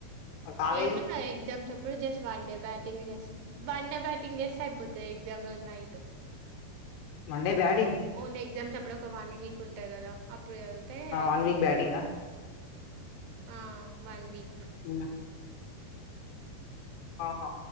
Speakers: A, on the left (about 80°); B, on the right (about 90°).
A: మరి కాలేజ్
B: ఏమో నా ఎగ్జామ్స్ అప్పుడు జస్ట్ వన్ డే బ్యాటింగ్ చేస్తె వన్ డే బ్యాటింగ్ చేేస్తే అయిపోతుంది ఎగ్జామ్ రోజు night
A: Monday batting
B: only exams అప్పుడు ఒక వన్ వీక్ ఉంటది కదా అప్పుడు చదివితే అయిపోతది
A: వన్ వీక్ బ్యాటింగా
B: ఆ వన్ వీక్
A: ఉ ఆహా